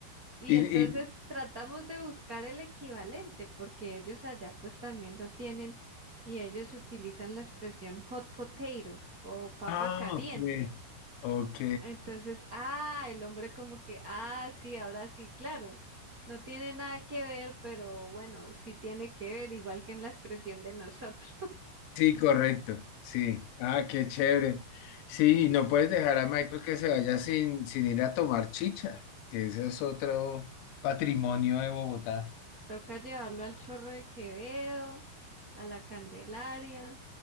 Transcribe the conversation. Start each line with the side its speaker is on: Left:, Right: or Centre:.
Right: Y
Left: Y,
Right: entonces
Left: y,
Right: tratamos de buscar el equivalente, porque ellos allá pues también lo tienen y ellos utilizan la expresión hot potato o papa
Left: ah,
Right: caliente.
Left: ok, ok.
Right: Entonces, ah, el hombre como que, ah, sí, ahora sí, claro, no tiene nada que ver, pero bueno, sí tiene que ver, igual que en la expresión de nosotros.
Left: Sí, correcto. Sí. Ah, qué chévere. Sí, y no puedes dejar a Michael que se vaya sin, sin ir a tomar chicha, que ese es otro patrimonio de Bogotá.
Right: <laughs> Toca llevarlo al Chorro de Quevedo, a la Candelaria,